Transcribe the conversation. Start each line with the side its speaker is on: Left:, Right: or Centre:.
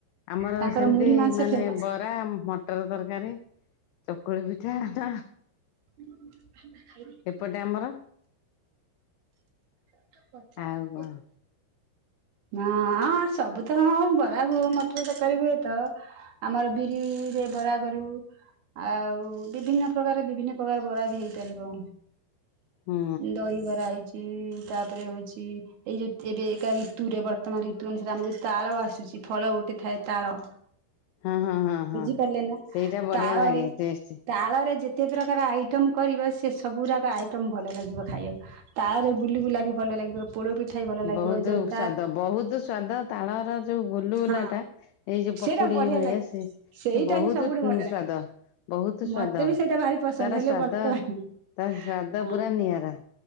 Left: ଆମର
Right: ତାଙ୍କର
Left: ସେମତି
Right: ମୁଢି ମାଂସ
Left: ମାନେ
Right: ଫେମସ।
Left: ବରା ମ ଟର ତରକାରୀ ଚକୁଳି ପିଠା ଟା।
Right: <unintelligible>
Left: ଏପଟେ ଆମର।
Right: <inaudible>
Left: ଆଉ କଣ
Right: ହଁ ସବୁତ ହଁ ଆଉ ବରା ଘୁ ମଟର ତରକାରୀ ହୁଏତ। ଆମର ବିରିରେ ବରା କରୁ। ଆଉ ବିଭିନ୍ନ ପ୍ରକାର ବିଭିନ୍ନ ପ୍ରକାର ବରା ବି ହେଇପାରିବ।
Left: ହୁଁ
Right: ଦହିବରା ହେଇଚି ତାପରେ ହୋଇଚି ଏଇ ଯୋଉ ଏବେ କାଲି ତୁରେ ବର୍ତ୍ତମାନ ରୀତୁ ଅନୁସାରେ ଆମର ଯୋଉ ତାଳ ଆସୁଚି ଫଳ ଗୋଟେ ଥାଏ ତାଳ।
Left: ହଁ ହଁ ହଁ ହଁ
Right: ବୁଝିପାରିଲେ ନା
Left: ସେଇଟା ବଢିଆ
Right: ତାଳରେ
Left: ଲାଗେ ଟେଷ୍ଟ
Right: ତାଳରେ ଯେ ତେ ପ୍ରକାର ଆଇଟମ୍ କରିବ ସେ ସବୁଗୁରାକ ଆଇଟମ୍ ଭଲ ଲାଗିବ ଖାଇଆକୁ। ତାଳରେ ଗୁଲୁଗୁଲା ବି ଭଲ ଲାଗିବ ପୋଡପିଠା ବି ଭଲ
Left: ବହୁତ
Right: ଲାଗିବ ଯନ୍
Left: ସ୍ଵାଦ ବହୁତୁ ସ୍ଵାଦ ତାଳର ଯୋଉ ଗୁଲୁଗୁଲା
Right: ହଁ
Left: ଟା ଏଇ ଯୋଉ
Right: ସେଇଟା
Left: ପକୁଡି
Right: ବଢିଆ
Left: ଭଳିଆ
Right: ଲାଗେ
Left: ସେ
Right: ସେଇଟା
Left: ସେ ବହୁତୁ
Right: ହିଁ ସବୁଠୁ
Left: ଉଁ
Right: ଭଲ ଲାଗେ
Left: ସ୍ଵାଦ। ବହୁତୁ ସ୍ଵାଦ
Right: ମତେ ବି ସେଇଟା ଭାରି ପସନ୍ଦ
Left: ତାର
Right: ହେଲେ
Left: ସ୍ଵାଦ
Right: ବର୍ତ୍ତମାନ
Left: ତା ସ୍ଵାଦ
Right: ହଁ
Left: ପୁରା ନିଆରା।